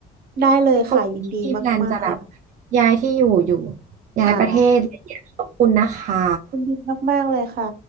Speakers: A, on the right; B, on the right.
A: ได้เลยค่ะยินดีมาก
B: เพราะว่าพี่มีแพลนจะแบบย้ายที่อยู่อยู่
A: ๆอ่า
B: ย้ายประเทศอะไรอย่างเงี้ยขอบคุณนะคะ
A: ยินดีมากๆเลยค่ะ